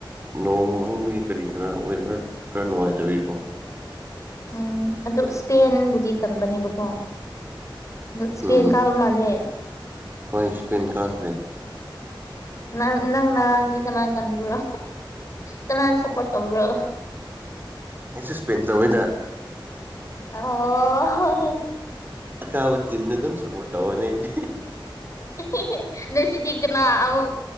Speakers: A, on the right; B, on the left.
A: ꯅꯣꯡ ꯃꯪꯕꯒꯤ ꯀꯔꯤ ꯈꯔ ꯋꯦꯗꯔ ꯈꯔ ꯅꯨꯡꯉꯥꯏꯇꯕꯤꯀꯣ
B: ꯎꯝ ꯑꯗꯨ ꯏꯁꯄꯦꯟꯕꯨꯗꯤ ꯀꯟꯕꯅꯦꯕꯀꯣ ꯑꯗꯨ ꯁ꯭ꯄꯦꯟ
A: ꯎꯝ
B: ꯀꯥꯕ ꯃꯥꯜꯂꯦ
A: ꯍꯣꯏ ꯁ꯭ꯄꯦꯟ ꯀꯥꯈ꯭ꯔꯦ
B: ꯅꯪ ꯅꯪ ꯅꯔꯥꯡꯗꯤ ꯀꯅꯥ ꯀꯟꯕ꯭ꯔꯣ ꯀꯅꯥꯅ ꯁꯞꯄꯣꯔꯠ ꯇꯧꯕ꯭ꯔꯣ
A: ꯑꯩꯁꯨ ꯁ꯭ꯄꯦꯟ ꯇꯧꯋꯤꯗ
B: ꯑꯣ
A: ꯀꯥꯕ ꯇꯤꯝꯗꯨ ꯑꯗꯨꯝ ꯁꯄꯣꯔꯠ ꯇꯧꯔꯅꯤ ꯑꯩꯗꯤ
B: ꯑꯦꯍꯦꯍꯦ ꯅꯣꯢꯁꯤꯗꯤ ꯀꯅꯥ ꯑꯃꯨꯛ